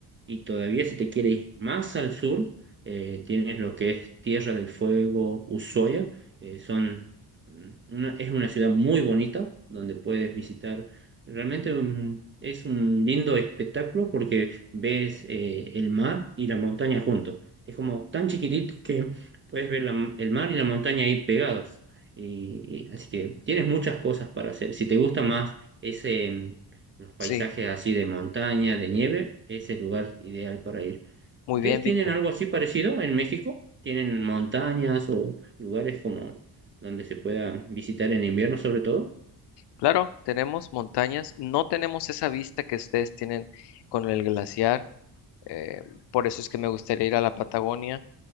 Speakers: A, on the right; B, on the left.
A: Y todavía si te quieres ir más al sur, eh, tienes lo que es Tierra del Fuego, Ushuaia, eh, son mm, una- es una ciudad muy bonita donde puedes visitar. Realmente un- es un lindo espectáculo porque ves eh, el mar y la montaña juntos. Es como tan chiquitito que puedes ver la- el mar y la montaña ahí pegados. Y, y- así que tienes muchas cosas para hacer. Si te gusta más ese, mm, los paisajes
B: Sí,
A: así de montaña, de nieve, es el lugar ideal para ir.
B: muy
A: ¿Ustedes
B: bien, Víctor.
A: tienen algo así parecido en México? ¿Tienen montañas o lugares como donde se pueda visitar en invierno sobre todo?
B: Claro, tenemos montañas. No tenemos esa vista que ustedes tienen con el glaciar. eh, por eso es que me gustaría ir a la Patagonia.